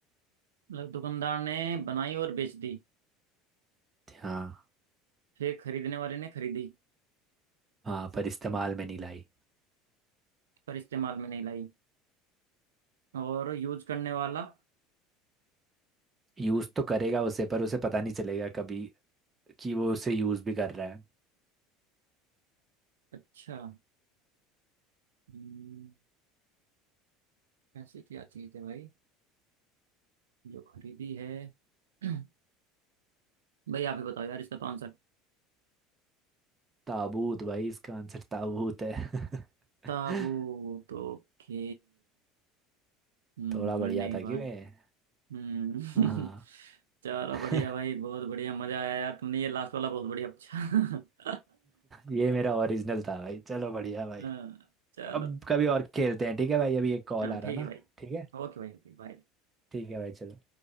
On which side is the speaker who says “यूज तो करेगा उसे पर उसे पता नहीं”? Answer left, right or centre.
Right